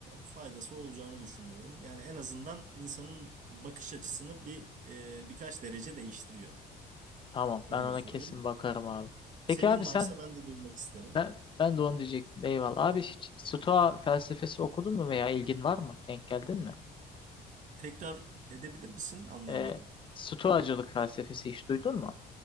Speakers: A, on the right; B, on the left.
A: faydası olacağını düşünüyorum. Yani en azından insanın bakış açısını bir e, birkaç derece değiştiriyor.
B: Tamam
A: Öyle
B: ben ona
A: söyleyeyim.
B: kesin bakarım abi. Peki
A: Senin
B: abi sen
A: varsa ben de duymak isterim.
B: Ben, ben de onu diyecektim. Eyvallah. Abi hiç Stoa felsefesi okudun mu veya ilgin var mı? Denk geldin mi?
A: Tekrar edebilir misin? Anlayamadım.
B: Ee, Stoacılık felsefesi hiç duydun mu?